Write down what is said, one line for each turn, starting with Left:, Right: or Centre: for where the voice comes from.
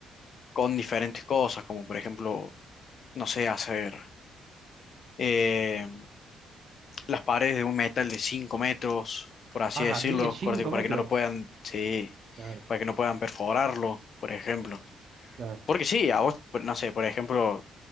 Left: con diferentes cosas, como por ejemplo, no sé, hacer eh, las paredes de un metal de 5 metros, por así
Right: Ah,
Left: decirlo,
Right: a mí es 5
Left: corte, para
Right: metros.
Left: que no lo puedan, sí,
Right: Claro,
Left: para que no puedan perforarlo, por ejemplo.
Right: claro,
Left: Porque sí, a vos, por- no sé, por ejemplo,